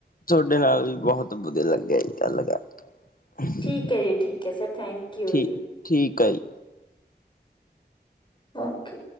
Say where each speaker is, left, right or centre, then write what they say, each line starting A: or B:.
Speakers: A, on the left; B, on the left.
A: ਤੁਹਾਡੇ ਨਾਲ ਵੀ ਬਹੁਤ ਵਧੀਆ ਲੱਗਿਆ ਜੀ ਗੱਲ ਕਰਕੇ,
B: ਠੀਕ ਹੈ ਜੀ ਠੀਕ ਹੈ ਸਰ ਥੈਂਕ ਯੂ
A: ਠੀਕ,
B: ਜੀ
A: ਠੀਕ ਆ ਜੀ।
B: ਓਕੇ।